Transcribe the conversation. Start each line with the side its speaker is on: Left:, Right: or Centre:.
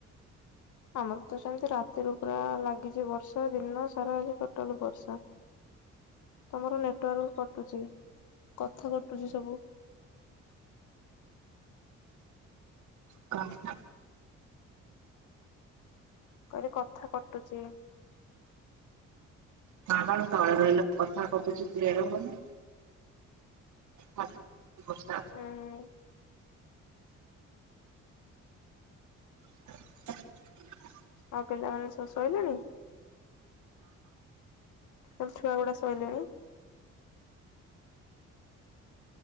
Left: ଆମର ତ ସେମତି ରାତିରୁ ପୁରା ଲାଗିଚି ବର୍ଷା ଦିନ ସାରା ଆଜି ଟୋଟାଲ ବର୍ଷା, ତୋମର ନେଟୱାର୍ କଟୁଚି, କଥା କଟୁଚି ସବୁ।
Right: <inaudible>
Left: କହିଲି କଥା କଟୁଚି।
Right: ସାଁବାଳୁ ତଳେ ରହିଲେ କଥା କଟୁଛି କ୍ଲିୟର ହଉନି। <unintelligible> ବର୍ଷା
Left: ଅଁ, ହଁ।
Right: <inaudible>
Left: ଆଉ ପିଲାମାନେ ସବୁ ଶୋଇଲେଣି? ଆମ ଛୁଆ ଗୁଡା ଶୋଇଲେଣି।